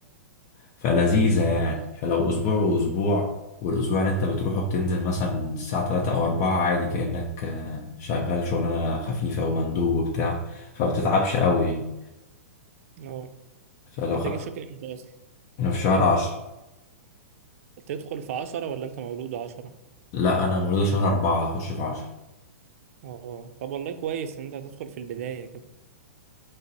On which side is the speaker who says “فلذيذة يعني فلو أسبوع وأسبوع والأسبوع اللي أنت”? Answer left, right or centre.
Left